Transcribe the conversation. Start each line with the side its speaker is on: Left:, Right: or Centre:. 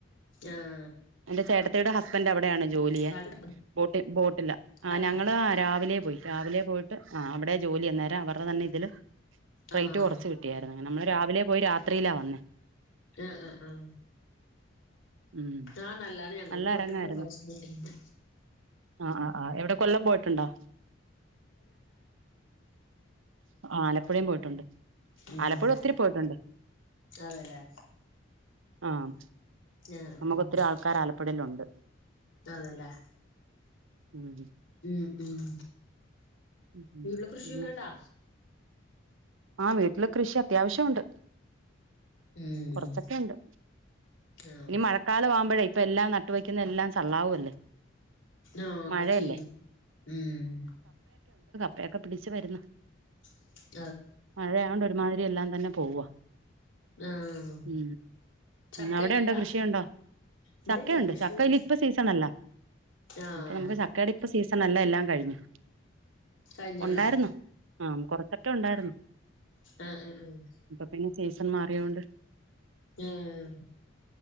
Left: ആഹ്
Right: എന്റെ ചേട്ടത്തിടെ ഹസ് ഹസ്ബൻഡ് അവിടെയാണ് ജോലിയ
Left: അതെ
Right: <unintelligible> ബോട്ടിലാ
Left: ആഹ്
Right: ഞങ്ങള് രാവിലെ പോയി രാവിലെ പോയിട്ട് ആഹ് അവിടെയാ ജോലി അന്നേരം അവർടെ തന്നെ ഇതില് റേറ്റ്
Left: ആഹ്
Right: കൊറച്ച് കിട്ടിയായിരുന്നു <unintelligible> നമ്മള് രാവിലെ പോയി രാത്രിയിലാ വന്നേ
Left: ആഹ് ആഹ്
Right: ഉം
Left: ആഹ് നല്ലാണ് ഞങ്ങളും
Right: നല്ല
Left: പോയിട്ടുണ്ട്
Right: അരങ്ങായിരുന്നു
Left: ഹൗസ്ബോട്ടിങ്ങിന്
Right: ആ ആ ആ എവിടെ കൊല്ലം പോയിട്ടുണ്ടോ ആലപ്പുഴയും പോയിട്ടുണ്ട്
Left: ഉം
Right: ആലപ്പുഴ ഒത്തിരി പോയിട്ടുണ്ട്
Left: അതെല്ലേ
Right: ആഹ്
Left: ആഹ്
Right: നമുക്കൊത്തിരി
Left: ആഹ്
Right: ആൾക്കാർ ആലപ്പ ഇപ്പടലുണ്ട്
Left: അതെല്ലേ
Right: ഉം
Left: ഉം ഉം
Right: ഉം
Left: വീട്ടില് കൃഷിയൊക്കെണ്ടാ
Right: പിന്നെ ആ വീട്ടില് കൃഷി അത്യാവശ്യംമുണ്ട്
Left: ഉം
Right: കുറച്ചൊക്കെ ഉണ്ട്
Left: ആഹ്
Right: ഇനി മഴ മയകാലമാവുമ്പോയേ ഇപ്പൊ എല്ലാം നട്ടുവെക്കുന്ന എല്ലാം ചള്ളാവുമല്ലേ
Left: ആ
Right: മഴയല്ലേ
Left: കച്ചി ഉം
Right: അപ്പൊക്കെ പിടിച്ചു വരുന്ന
Left: <inaudible>
Right: മഴയായൊണ്ട് ഒരുമാതിരിയ എല്ലാം തന്നെ പോവ
Left: ആഹ്
Right: ഉ
Left: ചക്കയൊക്കെ
Right: അവിടെ ഉണ്ട്
Left: ഇണ്ടാ
Right: കൃഷിയുണ്ടോ
Left: ഇവിടെ
Right: ചക്കണ്ട്
Left: ഇല്ല കൃഷി
Right: ചക്കയിൽ
Left: കുറവാ
Right: ഇപ്പ സീസണല്ലോ
Left: ആഹ്
Right: നമുക്ക് ചക്കയുടെ ഇപ്പ സീസൺ നല്ല എല്ലാം കഴിഞ്ഞു
Left: കഴിഞ്ഞല്ലേ
Right: ഉണ്ടായിരുന്നു ആ കൊറച്ച് ചക്ക ഉണ്ടായിരുന്നു
Left: ആഹ ഉം ഉം
Right: ഇപ്പൊ പിന്നെ സീസൺ മാറിയൊണ്ട്
Left: ആഹ്